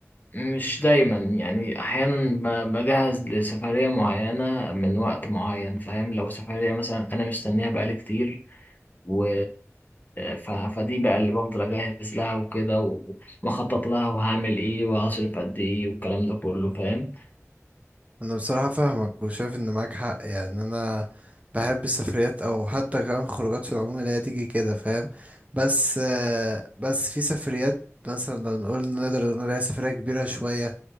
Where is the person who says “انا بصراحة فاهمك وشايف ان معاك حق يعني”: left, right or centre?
Right